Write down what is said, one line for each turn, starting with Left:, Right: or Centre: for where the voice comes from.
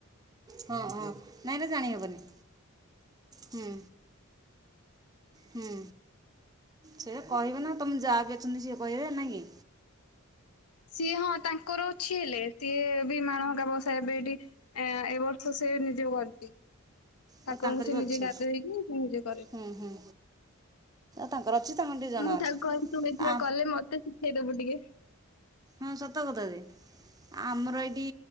Right: ହଁ ହଁ ନାଇଁ ନା ଜାଣିହବନି ହୁଁ। ହୁଁ। ସେ କହିବେ ନା ତମ ଯା ବିି ଅଛନ୍ତି ସିଏ କହିବେ ନା କି?
Left: ସିଏ ହଁ ତାଙ୍କର ଅଛି ହେଲେ ସିଏ ବି ମାଣ ହକା ବସା ଏବେ ଏଠି ଏ ଏ ବର୍ଷ ସେ ନିଜେ କରିଛି। ଠାକୁରଙ୍କୁ
Right: ଆଉ ତାଙ୍କର
Left: ସେ
Right: ବି
Left: ନିଜେ
Right: ଅଛି।
Left: ଗାଧେଇ କି ସେ ନିଜେ କରେ।
Right: ହୁଁ ହୁଁ ତାଙ୍କର ଅଛି ତାଙ୍କର ଟିକେ ଜଣା
Left: ମୁଁ
Right: ଅଛି।
Left: ତାକୁ କହ ତୁ ଏଥିର
Right: ଆ
Left: କଲେ ମତେ ଶିଖେଇଦବୁ ଟିକେ
Right: ହଁ ସତ କଥା ଯେ ଆମର ଏଇଠି